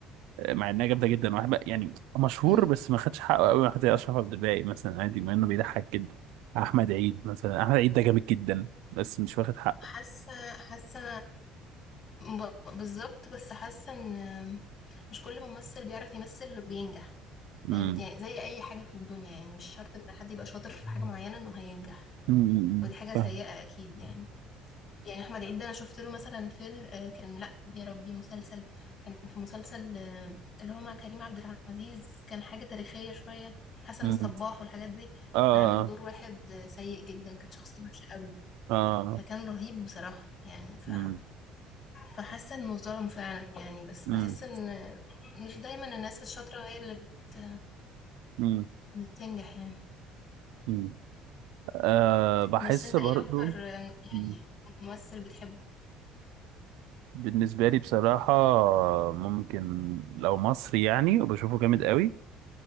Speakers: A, on the right (about 80°); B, on the left (about 40°).
A: آه، مع انها جامده جدا واحد بقى- يعني مشهور
B: امم
A: بس ما خدش حقه قوي واحد زي اشرف عبد الباقي مثلا عادي مع انه بيضحك جدا احمد عيد مثلا احمد عيد ده جامد جدا بس مش واخد حقه
B: حاسة حاسة ب- بالظبط بس حاسة ان مش كل ممثل بيعرف يمثل بينجح
A: امم
B: فاهم يعني زي اي حاجة في الدنيا يعني مش شرط ان حد يبقى شاطر في حاجة معينة انه هينجح
A: أمم، أمم،
B: ودي حاجة
A: فاهم
B: سيئة اكيد يعني يعني احمد عيد ده انا شفت له مثلا فيلم آه، كان لا يا ربي مسلسل كان في مسلسل آه، اللي هو مع كريم عبد العزيز كان حاجة تاريخية شوية حسن
A: مم.
B: الصباح والحاجات دي
A: اه
B: كان عامل دور واحد آه، سيء جدا كانت شخصية وحشة قوي
A: اه
B: فكان رهيب بصراحة يعني ف...
A: مم.
B: فحاسة انه ظلم فعلا يعني بس
A: مم.
B: بحس ان مش دايما الناس الشاطرة هي اللي بت...
A: مم.
B: بتنجح يعني
A: مم. آه بحس
B: بس انت
A: برضو
B: ايه اكتر آه، يعني
A: مم.
B: ممثل بتحبه؟
A: بالنسبة لي بصراحة ممكن لو مصري يعني وبشوفه جامد قوي